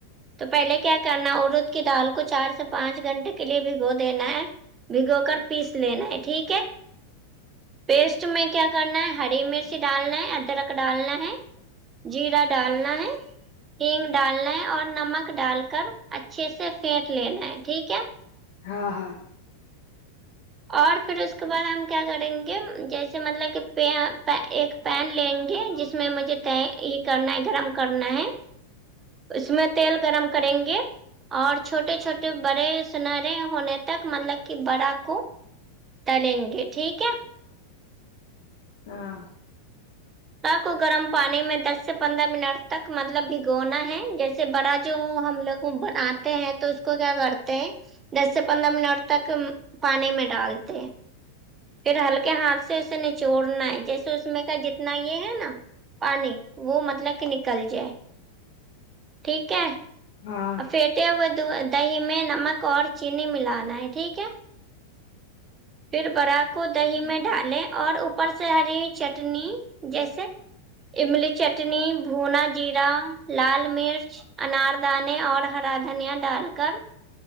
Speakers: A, on the right; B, on the left.
A: تو پہلے کیا کرنا ارد کی دال کو چار سے پانچ گھنٹے کے لیے بھگو دینا ہے بھگو کر پیس لینا ہے ٹھیک ہے پیسٹ میں کیا کرنا ہے ہری مرچ ڈالنا ہے ادرک ڈالنا ہے جیرا ڈالنا ہے ہنگ ڈالنا ہے اور نمک ڈال کر اچھے سے پھیٹ لینا ہے ٹھیک ہے
B: ہاں ہاں
A: اور پھر اس کے بعد ہم کیا کریں گے جیسے مطلب کہ <unintelligible> پین لیں گے جس میں مجھے یہ کرنا ہے گرم کرنا ہے اس میں تیل گرم کریں گے اور چھوٹے چھوٹے بڑے سنہرے ہونے تک مطلب کہ بڑا کو تلیں گے ٹھیک ہے
B: ہاں
A: کو گرم پانی میں دس سے پندرہ منٹ تک مطلب بھگونا ہے جیسے بڑا جو ہم لوگ وہ بناتے ہیں تو اس کو کیا کرتے ہیں دس سے پندرہ منٹ تک پانی میں ڈالتے ہے پھر ہلکے ہاتھ سے اسے نچوڑنا ہے جیسے اس میں کا جتنا یہ ہے نا پانی وہ مطلب کہ نکل جائے ٹھیک ہے
B: ہاں
A: اور پھیٹے ہوئے دہی میں نمک اور چینی ملانا ہے ٹھیک ہے پھر بڑا کو دہی میں ڈالے اور اوپر سے ہری چٹنی جیسے املی چٹنی بھونا جیرا لال مرچ اناردانے اور ہرا دھنیا ڈال کر